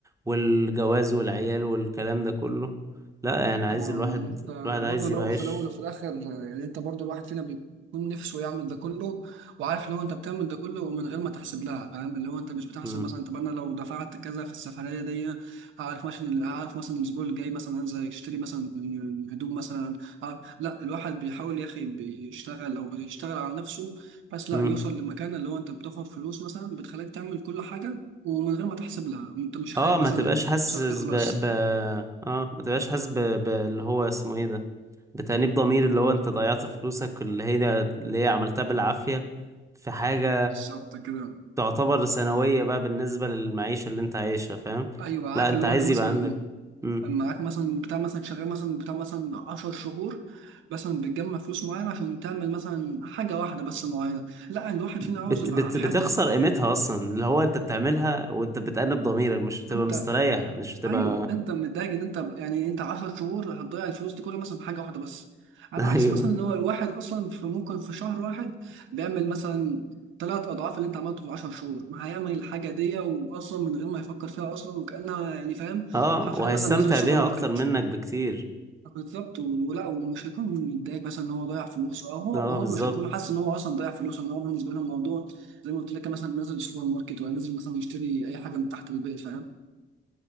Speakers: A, on the right; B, on the right.
A: والجواز والعيال والكلام ده كله لا يعني
B: أكيد
A: عايز
B: طبعا
A: الواحد
B: انت
A: الواحد عايز
B: برضه لو
A: يبقى عايش
B: في الاول وفي الاخر يعني انت برضه الواحد فينا بيكون نفسه يعمل ده كله وعارف اللي هو انت بتعمل ده كله ومن غير ما تحسب لها فاهم اللي هو انت مش بتحسب
A: مم.
B: مثلا طب انا لو دفعت كذا في السفريه دي هعرف مثلا هعرف مثلا الاسبوع اللي جاي مثلا انزل اشتري مثلا هدوم مثلا هعرف- لا الواحد بيحاول يا اخي بيشتغل او بيشتغل على نفسه بس لا
A: مم.
B: يوصل لمكان اللي هو انت بتاخد فلوس مثلا بتخليك تعمل كل حاجه ومن غير ما تحسب لها انت مش خايف
A: اه ما
B: مثلا
A: تبقاش حاسس
B: فلوسك تخلص
A: ب... ب... اه ما تبقاش حاسس ب... ب... اللي هو اسمه ايه ده بتأنيب ضمير اللي هو انت ضيعت فلوسك اللي هي اللي هي عملتها بالعافية في حاجة
B: بالظبط كده
A: تعتبر ثانوية بقى بالنسبة للمعيشة اللي انت عايشها فاهم
B: ايوه عارف
A: لا انت
B: اللي
A: عايز
B: هو انت مثلا
A: يبقى عندك مم.
B: معاك مثلا بتاع مثلا شغال مثلا بتاع مثلا 10 شهور مثلا بتجمع فلوس معينه عشان تعمل مثلا حاجه واحده بس معينه لا ان الواحد
A: بت...
B: فينا عاوز الع-
A: بت...
B: حته
A: بتخسر قيمتها اصلا اللي هو انت بتعملها وانت بتأنب ضميرك مش بتبقى
B: انت
A: مستريح مش بتبقى
B: ايوه انت متضايق ان انت يعني انت 10 شهور هتضيع الفلوس دي كلها مثلا في حاجه واحده بس على
A: <laughs>
B: عكس
A: ايوه
B: مثلا اللي هو الواحد اصلا في ممكن في شهر واحد بيعمل مثلا ثلاث اضعاف اللي انت عملته في 10 شهور ما هيعمل الحاجه دي واصلا من غير ما يفكر فيها اصلا وكانها يعني فاهم
A: اه
B: حرفيا
A: وهيستمتع
B: مثلا نازل السوبر
A: بيها
B: ماركت
A: اكتر منك بكتير
B: بالظبط ولا ومش هيكون متضايق مثلا ان هو ضيع فلوسه او هو
A: اه
B: هو
A: بالظبط
B: مش هيكون حاسس ان هو اصلا ضيع فلوسه ان هو بالنسبه له الموضوع زي ما قلت لك مثلا نزل السوبر ماركت ولا نزل مثلا يشتري اي حاجه من تحت البيت فاهم